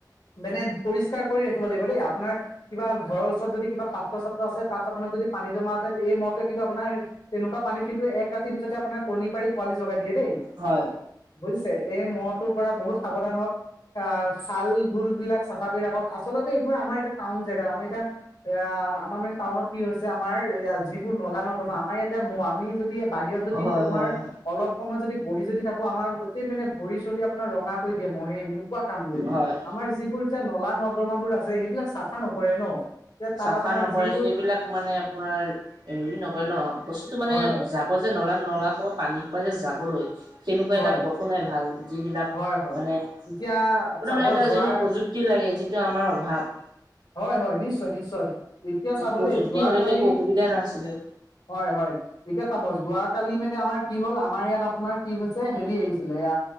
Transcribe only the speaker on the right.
হয়
হয়
হয় হয়।
হয়।
চাফা
নকৰে
সেইবিলাক মানে আপোনাৰ হেৰি নকৰে ন বস্তুটো মানে
জা। বজে নলা নলা ক'ব পানীক বাজে যাবলৈ সেনেকুৱা
এটা পথো নাই ভাল। যিবিলাক
মানে আপোনাৰ
মানে এটা
যিবোনো প্ৰযুক্তি লাগে যিটো আমাৰ অভাৱ।
প্ৰযুক্তি
হলেতো একো অসুবিধা নাছিলে